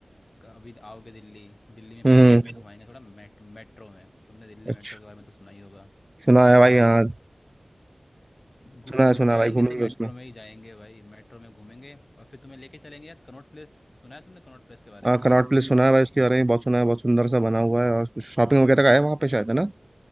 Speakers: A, on the left; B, on the right.
A: क- अभी आओगे दिल्ली दिल्ली में पहले
B: हम्म
A: तुम्हें घुमाएंगे थोड़ा मेट, मेट्रो में तुमने दिल्ली
B: अच्छा
A: मेट्रो के बारे में तो सुना ही होगा
B: सुना है भाई
A: वहां
B: हाँ
A: से गु-
B: सुना है सुना
A: जाएंगे
B: है भाई घूमेंगे
A: तो मेट्रो
B: उसमें
A: में ही जाएंगे भाई मेट्रो में घूमेंगे और फिर तुम्हें लेके चलेंगे यार कनॉट प्लेस सुना है तुमने कनॉट प्लेस के बारे
B: हाँ
A: में
B: कनॉट प्लेस सुना है भाई उसके बारे में बहुत सुना है बहुत सुंदर सा बना हुआ है और कुछ शॉपिंग वगैरह का है वहाँ पे शायद है ना